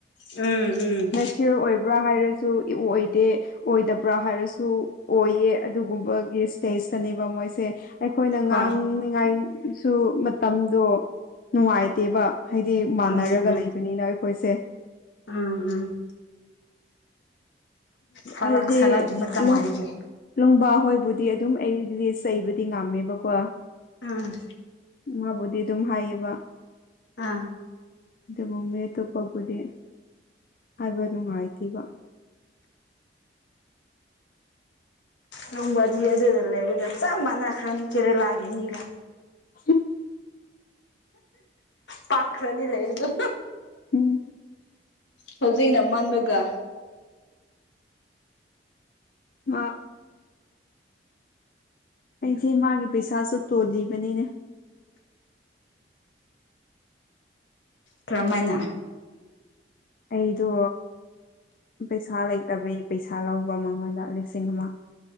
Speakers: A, on the left; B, on the left.
A: ꯎꯝ ꯎꯝ
B: ꯐꯤꯌꯔ ꯑꯣꯏꯕ꯭ꯔꯥ ꯍꯥꯏꯔꯁꯨ ꯏꯑꯣ ꯑꯣꯏꯗꯦ ꯑꯣꯏꯗꯕ꯭ꯔꯥ ꯍꯥꯏꯔꯁꯨ ꯑꯣꯏꯌꯦ ꯑꯗꯨꯒꯨꯝꯕꯒꯤ ꯏꯁꯇꯦꯖꯇꯅꯦꯕ ꯃꯣꯏꯁꯦ ꯑꯩꯈꯣꯏꯅ ꯉꯥꯡꯅꯤꯉꯥꯏꯁꯨ
A: ꯍꯣꯏ
B: ꯃꯇꯝꯗꯣ ꯅꯨꯡꯉꯥꯏꯇꯦꯕ ꯍꯥꯏꯗꯤ ꯃꯥꯟꯅꯔꯒ
A: ꯎꯝ ꯎꯝ
B: ꯂꯩꯕꯅꯤꯅ ꯑꯩꯈꯣꯏꯁꯦ
A: ꯎꯝ ꯎꯝ ꯐꯔꯛ
B: ꯍꯥꯏꯗꯤ
A: ꯁꯔꯛꯒꯤ ꯃꯇꯝ
B: ꯂꯣ
A: ꯑꯣꯏꯕꯒꯤ
B: ꯂꯨꯡꯕꯥ ꯍꯣꯏꯕꯨꯗꯤ ꯑꯗꯨꯝ ꯑꯩꯗꯤ ꯆꯩꯕꯗꯤ ꯉꯝꯃꯦꯕꯀꯣ
A: ꯎꯝ
B: ꯃꯥꯕꯨꯗꯤ ꯑꯗꯨꯝ ꯍꯥꯏꯌꯦꯕ
A: ꯑꯥ
B: ꯑꯗꯨꯕꯨ ꯃꯤ ꯑꯇꯣꯞꯄꯕꯨꯗꯤ ꯍꯥꯏꯕ ꯅꯨꯡꯉꯥꯏꯇꯦꯕ
A: ꯅꯣꯡꯕꯗꯤ ꯑꯗꯨꯗ ꯂꯩꯕꯗ ꯆꯞ ꯃꯥꯟꯅꯈ꯭ꯔꯅꯤ ꯀꯦꯔꯦꯂꯥꯒꯤ ꯃꯤꯒ
B: ꯎꯝ
A: ꯄꯥꯛꯈꯔꯅꯤ ꯂꯩꯕꯗꯣ
B: ꯎꯝ
A: ꯍꯧꯖꯤꯛꯅ ꯃꯥꯟꯕꯒ
B: ꯑ ꯑꯩꯁꯦ ꯃꯥꯒꯤ ꯄꯩꯁꯥꯁꯨ ꯇꯣꯜꯂꯤꯕꯅꯤꯅꯦ
A: ꯀꯔꯝꯃꯥꯏꯅ
B: ꯑꯩꯗꯣ ꯄꯩꯁꯥ ꯂꯩꯇꯕꯩ ꯄꯩꯁꯥ ꯂꯧꯕ ꯃꯉꯣꯟꯗ ꯂꯤꯁꯤꯡ ꯑꯃ